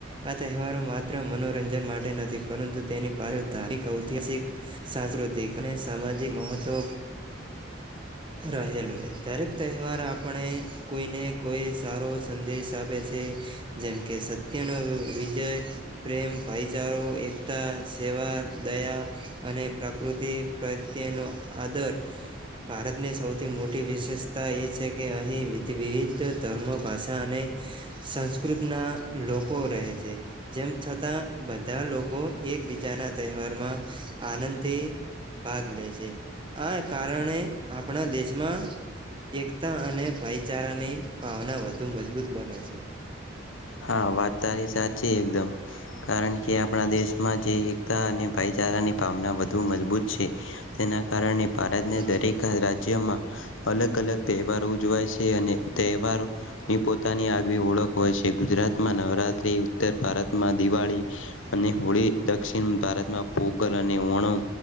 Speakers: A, on the right (about 25°); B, on the left (about 80°).
A: આ તહેવારો માત્ર મનોરંજન માટે નથી પરંતુ તેની પાછળ ધાર્મિક ઐતિહાસિક સાંસ્કૃતિક અને સામાજિક મહત્વ રહેલું દરેક તહેવાર આપણે કોઈને કોઈ સારો સંદેશ આપે છે જેમ કે સત્યનો વિજય પ્રેમ ભાઈચારા એકતા સેવા દયા અને પ્રકૃતિ પ્રત્યેનો આદર ભારતની સૌથી મોટી વિશેષતા એ છે કે અહીં વિવિધ ધર્મ ભાષા અને સંસ્કૃતના લોકો રહે છે જેમ છતાં બધા લોકો એકબીજાના તહેવારમાં આનંદથી ભાગ લે છે આ કારણે આપણા દેશમાં એકતા અને ભાઈચારાની ભાવના વધુ મજબૂત બને છે
B: હા વાત તારી સાચી એકદમ કારણ કે આપણા દેશમાં જે એકતા અને ભાઈચારાની ભાવના વધુ મજબૂત છે તેના કારણે ભારતને
A: હા
B: દરેક રાજ્ય રાજ્યમાં અલગ અલગ તહેવારો ઉજવાય છે અને તહેવારોની પોતાની આગવી ઓળખ હોય છે ગુજરાત ભતમાં નવરાત્રી ઉત્તર ભારતમાં દિવાળી અને હોળી દક્ષિણ ભારતમાં પોગલ અને ઓણમ